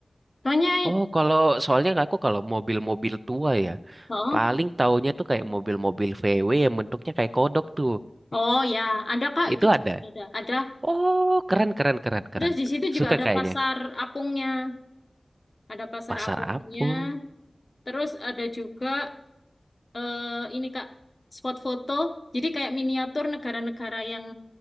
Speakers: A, on the left (about 45°); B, on the right (about 35°).
A: Soalnya,
B: Oh, kalau soalnya aku kalau mobil-mobil tua ya,
A: oh,
B: paling taunya tuh kayak mobil-mobil VW yang bentuknya kayak kodok tuh.
A: oh ya, ada Kak, itu
B: Itu ada.
A: ada. Ada.
B: Oh, keren keren keren keren.
A: Terus di situ juga
B: Suka
A: ada
B: kayaknya.
A: pasar apungnya. Ada pasar
B: Pasar
A: apungnya.
B: Apung.
A: Terus ada juga eh, ini Kak, spot foto. Jadi kayak miniatur negara-negara yang